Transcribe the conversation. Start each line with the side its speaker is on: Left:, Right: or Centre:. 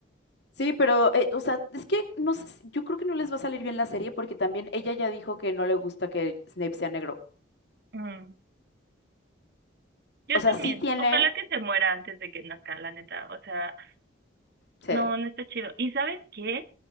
Left: Sí, pero, eh, o sea, es que no sé, si- yo creo que no les va a salir bien la serie porque también ella ya dijo que no le gusta que Snape sea negro.
Right: Mm. Yo
Left: O sea,
Right: también.
Left: sí tiene,
Right: Ojalá que se muera antes de que nazca, la neta. O sea,
Left: sí,
Right: no, no está chido. ¿Y sabes qué?